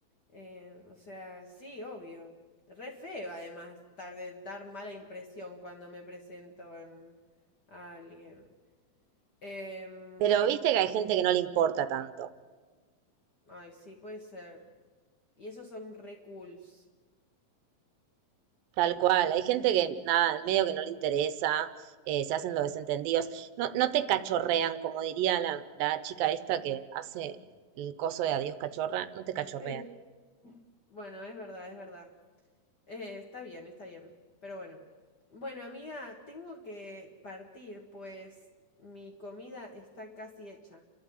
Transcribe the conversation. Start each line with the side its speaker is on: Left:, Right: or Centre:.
Left: Eh, o sea, sí, obvio. Re feo, además, tar- de dar mala impresión cuando me presento en- a alguien. Em,
Right: Pero viste que hay gente que no le importa tanto.
Left: ay, sí, puede ser. Y esos son re cools.
Right: Tal cual, hay gente que nada, medio que no le interesa, eh, se hacen los desentendidos. No, no te cachorrean, como diría la, la chica esta que hace el coso de adiós cachorra, no te cachorrean.
Left: Sí. Bueno, es verdad, es verdad. Eh, está bien, está bien. Pero bueno. Bueno, amiga, tengo que partir, pues mi comida está casi hecha